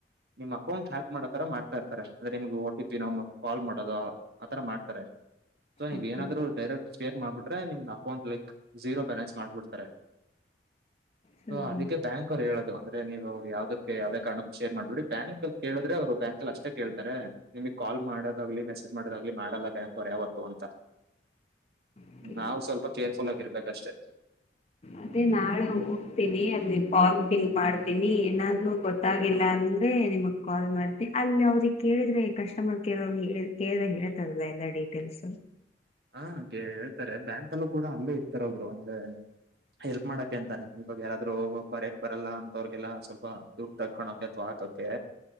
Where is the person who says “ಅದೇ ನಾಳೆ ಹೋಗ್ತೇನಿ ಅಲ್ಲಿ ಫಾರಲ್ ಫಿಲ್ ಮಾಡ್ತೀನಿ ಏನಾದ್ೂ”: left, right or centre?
Left